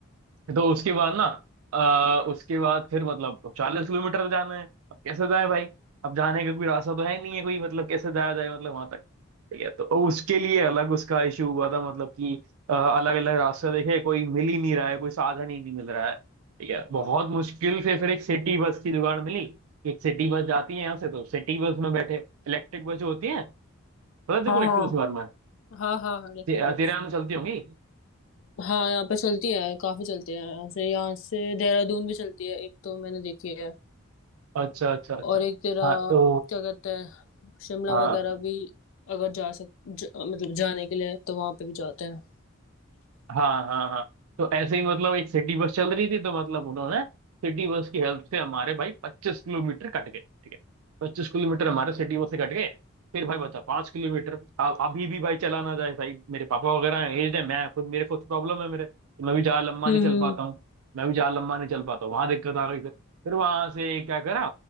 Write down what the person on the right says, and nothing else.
तो उसके बाद ना आ, उसके बाद फिर मतलब चालीस किलोमीटर तो जाना है अब कैसे जाए भाई अब जाने का कोई रास्ता तो है नहीं है कोई मतलब कैसे जाया जाए मतलब वहां तक ठीक है तो उसके लिए अलग उसका इशू हुआ था मतलब कि अलग अलग रास्ते देखे कोई मिल ही नहीं रहा है कोई साधन ही नहीं मिल रहा है ठीक है बहुत मुश्किल से फिर एक सिटी बस की जुगाड़ मिली एक सिटी बस जाती है यहाँ से तो सिटी बस में बैठे इलेक्ट्रिक बस जो होती है पता है तेरे
को इलेक्ट्रिक
बस के बारे में
ते- तेरे यहाँ में चलती होंगी
अच्छा अच्छा अच्छा
हाँ तो
हाँ
हाँ हाँ हाँ तो ऐसे ही मतलब एक सिटी बस चल रही थी तो मतलब उन्होंने सिटी बस की हेल्प से हमारे भाई पच्चीस किलोमीटर कट गए ठीक है पच्चीस किलोमीटर हमारे सिटी बस से कट गए फिर भाई बता पांच किलोमीटर अब अभी भी भाई चला ना जाए भाई मेरे पापा वगैरह एज है मैं खुद मेरे कुछ प्रॉब्लम है मेरे मैं भी जहाँ लंबा
नहीं चल
पाता हूँ मैं भी जहाँ लंबा नहीं चल पाता हूँ वहां दिक्कत आ गई फिर फिर वहां से क्या करा